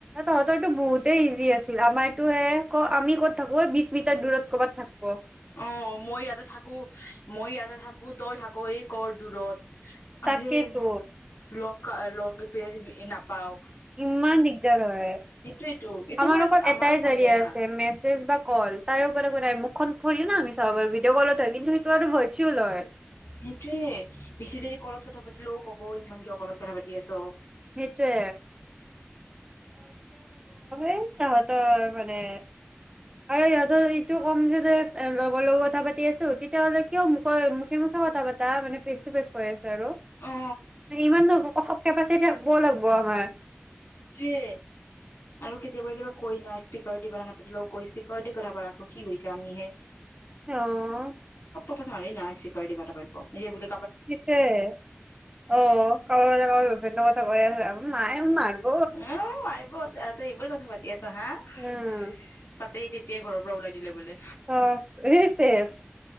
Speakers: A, on the right (about 20°); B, on the left (about 85°).
A: তহঁতৰো বহুতেই ইজি আছিল। আমাৰ ত হে ক আমি ক'ত, থাকো বিছ মিটাৰ দূৰত ক'বাত থাকোঁ।
B: অ', মই ইয়াতে থাকোঁ, মই ইয়াতে থাকোঁ। তই থাকো এই কৰ দূৰত। আৰহে
A: তাকেইতো
B: লক <unintelligible> নাপাওঁ।
A: ইমান দিগদাৰ হয়।
B: সেইটোয়েতো কেতিয়াবা
A: আমাৰ অকল
B: আমাৰো
A: এটাই
B: মন
A: জাৰিয়া
B: যায় না
A: আছে - মেছেজ বা ক'ল। তাৰে ওপৰত একো নাই, মুখখন থৰি ন আমি চাব পাৰোঁ। ভিডিঅ' কলত হয় কিন্তু সেইটো আৰু ভাৰ্চুৱেল লয়।
B: সেইটোৱে। বেছি দেৰি কলত কথা পাতিলেও ক'ব ইমান কিয় কলত কথা পাতি আছ'।
A: সেইটোৱে। এই তহঁতৰ মানে। আৰু ইিহঁতৰ এইটো ক'ম যে লগৰ লগত কথা পাতি আছোঁ, তেতিয়া হ'লে কিয় মুখে-মুখে মুখে কথা পাতা, মানে ফেচটুফেচ কৈ আছে। আৰু
B: অ
A: <unintelligible> ইমাননো অস কেপাচিটি <unintelligible> লাগব আমাৰ।
B: য়ে আৰু কেতিয়াবা কেতিয়াবা কৈ না স্পিকাৰ দি কথা নাপাতিলেওঁ কৈ স্পিকাৰ দি কথা পাত আক', কি হৈছে আমি হে।
A: অ'।
B: নোৱাৰি না স্পিকাৰ দি কথা পাতব', এ বুলি
A: <unintelligible> অ' <unintelligible> ময়ে মাৰ্ব।
B: উহ, মাৰিবত। তাহঁতে এইবোৰ কথা পাতি আ <unintelligible> হা? <unintelligible>
A: উম
B: সেই তেতিয়াই ঘৰৰ পৰা ওলাই দিলে বোলে।
A: অঁ', ই শেষ।